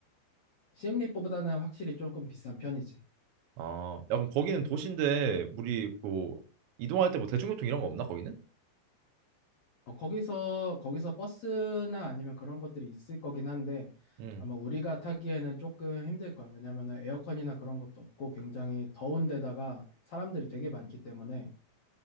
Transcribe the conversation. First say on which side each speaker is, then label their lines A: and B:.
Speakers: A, on the left; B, on the right.
A: 시엠리보다는 확실히 조금 비싼 편이지.
B: 아, 야, 그럼 거기는 도시인데 우리 뭐 이동할 때 뭐 대중교통 이런 거 없나 거기는?
A: 어, 거기서 거기서 버스나 아니면 그런 것들이 있을 거긴 한데
B: 음.
A: 아마 우리가 타기에는 조금 힘들 거야. 왜냐면은 에어컨이나 그런 것도 없고 굉장히 더운 데다가 사람들이 되게 많기 때문에